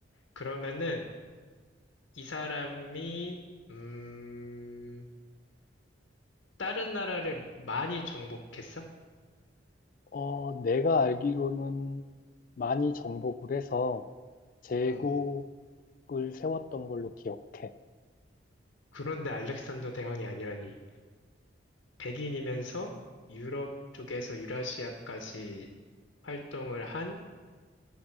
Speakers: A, on the left; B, on the left.
A: 그러면은 이 사람이, 음, 다른 나라를 많이 정복했어?
B: 어, 내가 알기로는 많이 정복을 해서 제국을
A: 어,
B: 세웠던 걸로 기억해.
A: 그런데 알렉산더 대왕이 아니라니. 백인이면서 유럽 쪽에서 유라시아까지 활동을 한